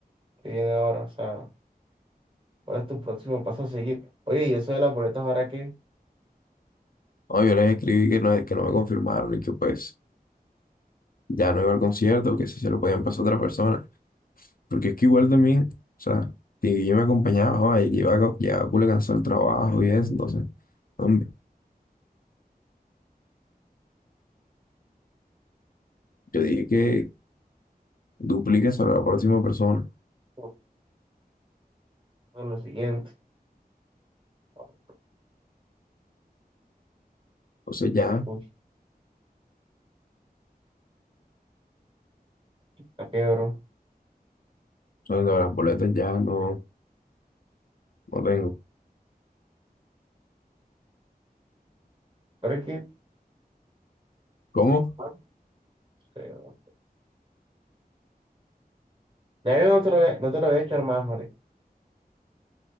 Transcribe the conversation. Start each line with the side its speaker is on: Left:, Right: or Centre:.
Right: ¿qué viene ahora? O sea, ¿cuál es tu próximo paso a seguir? Oye, ¿y eso de las boletas ahora qué?
Left: No, yo les escribí que no, que no me confirmaron y que pues ya no iba al concierto, que si se lo podían pasar a otra persona. Porque es que igual también, o sea, que yo me acompañaba, joa, y llevaba, llevaba culo cansado el trabajo y eso, entonces, hombre, yo dije que duplique sobre la próxima persona.
Right: Eso es lo siguiente. Oh,
Left: Entonces ya,
Right: Uy, ¿a qué, bro?
Left: sobre las boletas ya no, no tengo.
Right: Pero es que,
Left: ¿Cómo?
Right: no sé, bro. Ya yo no te lo voy a, no te lo voy a echar más, Mari